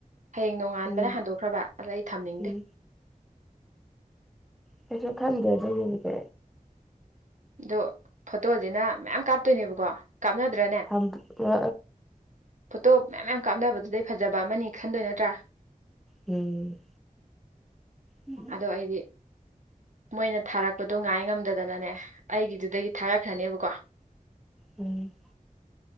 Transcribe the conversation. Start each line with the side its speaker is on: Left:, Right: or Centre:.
Right: ꯍꯌꯦꯡ ꯅꯣꯡꯉꯥꯟꯕꯅ
Centre: ꯎꯝ
Right: ꯍꯟꯗꯣꯛꯈ꯭ꯔꯕ ꯑꯗ ꯑꯩ ꯊꯝꯅꯤꯡꯗꯦ
Centre: ꯎꯝ ꯀꯩꯁꯨ ꯈꯪꯗꯦ ꯑꯗꯨ ꯌꯦ ꯀ
Right: ꯑꯗꯣ ꯐꯣꯇꯣꯁꯤꯅ ꯃꯌꯥꯝ ꯀꯥꯞꯇꯣꯏꯅꯦꯕꯀꯣ ꯀꯥꯞꯅꯗ꯭ꯔꯅꯦ
Centre: ꯊ
Right: ꯐꯣꯇꯣ ꯃꯌꯥꯝꯌꯥꯝ ꯀꯥꯞꯅꯕꯗꯨꯗꯩ ꯐꯖꯕ ꯑꯃꯅꯤ ꯈꯟꯗꯣꯏ ꯅꯠꯇ꯭ꯔꯥ
Centre: ꯎꯝ ꯎꯝ
Right: ꯑꯗꯣ ꯑꯩꯗꯤ ꯃꯣꯏꯅ ꯊꯥꯔꯛꯄꯗꯣ ꯉꯥꯏ ꯉꯝꯗꯗꯅꯅꯦ ꯑꯩꯒꯤꯗꯨꯗꯒꯤ ꯊꯥꯔꯛꯈ꯭ꯔꯅꯦꯕꯀꯣ
Centre: ꯎꯝ